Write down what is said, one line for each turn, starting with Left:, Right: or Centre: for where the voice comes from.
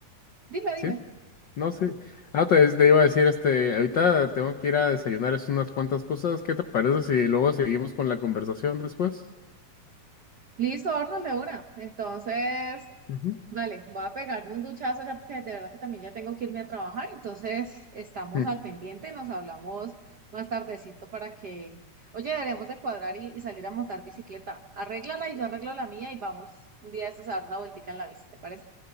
Right: Dime, dime.
Left: sí, no, sí. Ah, te, te iba a decir, este, ahorita tengo que ir a desayunar, es unas cuantas cosas, ¿qué te parece si luego seguimos con la conversación después?
Right: Listo, horno de una. Entonces,
Left: Ujú.
Right: vale, voy a pegarme un duchazo ya porque de verdad que también ya tengo que irme a trabajar. Entonces, estamos
Left: Mm,
Right: al pendiente, nos hablamos más tardecito para que, oye, deberemos de cuadrar y, y salir a montar bicicleta. Arréglala y yo arreglo la mía y vamos un día de estos a dar una vueltica en la bici, ¿te parece?